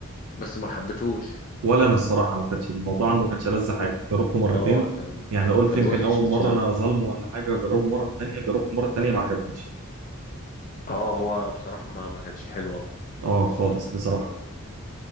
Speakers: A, on the left; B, on the right.
A: بس ما حبيتهوش
B: ولا انا الصراحه ما كانتش الموضوع عنده ما كانش لذ حاجه جربته مرتين
A: اه كان
B: يعني قلت
A: كان
B: يمكن
A: وحش
B: اول
A: مش
B: مره
A: قوي
B: انا ظالمه ولا حاجه اجربه مره تانية جربته مره تانية ما عجبنيش
A: اه هو بصراحة ما ما كانش حلو أوي
B: اه خالص بصراحه